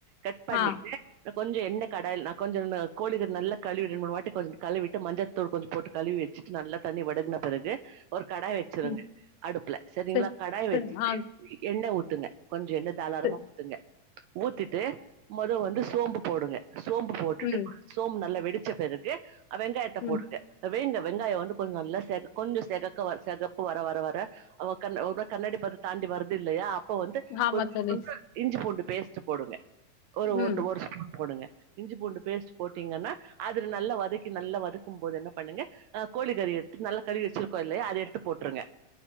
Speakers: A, on the right (about 75°); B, on the left (about 85°).
A: கட் பண்ணிட்டு
B: ஆ,
A: கொஞ்சோ எண்ண கடாயில் நா கொஞ்சோ கோழிக்கு நல்ல கழுவி ரெண்டு மூணுவாட்டி கொஞ்சோ கழுவிட்டு மஞ்ச தூள் கொஞ்சோ போட்டு கழுவி வச்சுட்டு நல்லா தண்ணி வடுகுன பெறகு ஒரு கடாய் வச்சு வச்சுருங்க
B: ம்.
A: அடுப்புல செரிங்ளா
B: சரி,
A: கடாய்
B: சரி.
A: வச்சுட்டு
B: ஆ,
A: எண்ண ஊத்துங்க கொஞ்சோ எண்ண தாராளமா
B: சரி.
A: ஊத்துங்க ஊத்திட்டு மொத வந்து சோம்பு போடுங்க சோம்பு போட்டுட்டு
B: ம்,
A: <inaudible> சோம்பு நல்லா வெடிச்ச பெறகு வெங்காயத்த
B: ம்.
A: போடுங்க வேங்க வெங்காயோ வந்து கொஞ்சோ நல்லா செ கொஞ்சோ செகக்க வர செகப்பு வர வர வர அவ கண் ஒரு மாரி கண்ணாடி பதோ தாண்டி வருதுல்லையா அப்போ வந்து
B: ஆமா
A: கொஞ்சொ
B: தோழி.
A: கொஞ்சோ இஞ்சி பூண்டு பேஸ்ட் போடுங்க ஒரு
B: ம்.
A: ஒன்டு ஒரு ஸ்பூன் போடுங்க இஞ்சி பூண்டு பேஸ்ட் போட்டீங்கன்னா அதுல நல்லா வதக்கி நல்லா வதக்கும் போது என்ன பண்ணுங்க ஆ கோழி கறி எடுத்து நல்லா கழுவி வச்சிருக்கோ இல்லையா அத எடுத்து போட்டுருங்க